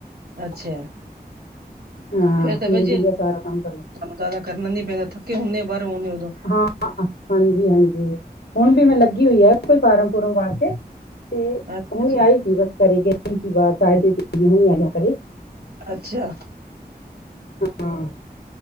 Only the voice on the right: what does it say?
ਅੱਛਾ
ਫੇਰ ਤਾਂ
ਵ ਬ ਸ
ਜ਼ਿਆਦਾ ਕਰਨਾ ਨੀ ਪੈਂਦਾ ਥੱਕ ਹਦੇ ਬਾਹਰੋਂਨੇ ਉਦੋਂ
ਅੱਛਾ
ਜੀ
ਅੱਛਾ।